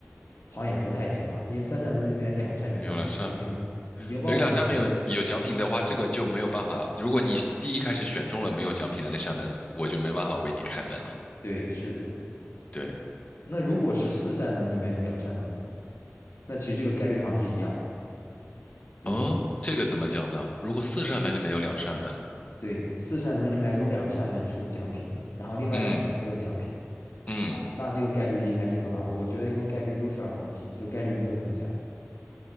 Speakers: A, on the left (about 85°); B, on the left (about 30°).
A: 好像也不太行哈，因为三扇门里面两扇有奖品，
B: 有两扇，
A: 它已经已经帮我们。
B: 有两扇没有有奖品的话，这个就没有办法。如果你第一开始选中了没有奖品的那扇门，我就没办法为你开门了。
A: 对，是的。
B: 对，
A: 那如果是四扇门里面有两扇门呢？那其实这个概率好像是一样的。
B: 哦，
A: 你觉得？
B: 这个怎么讲呢？如果四扇门里面有两扇门，
A: 对，四扇门里面有两扇门是有奖品的，然后另外两扇没有奖品，
B: 嗯嗯，
A: 那这个概率应该是多少呢？我觉得应该概率都是二分之一，就概率没有增加。